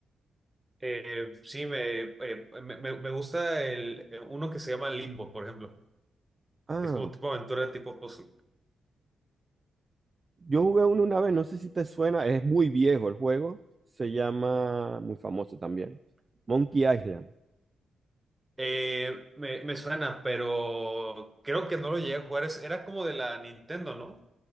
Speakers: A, on the right; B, on the right.
A: eh, sí, me, eh, me, me- me gusta el, eh, uno que se llama Limbo, por ejemplo,
B: Ah,
A: que es como tipo aventura, tipo puzzle.
B: yo jugué uno una vez, no sé si te suena, es muy viejo el juego, se llama, muy famoso también, Monkey Island.
A: Eh, me, me suena, pero creo que no lo llegué a jugar. Es- era como de la Nintendo, ¿no?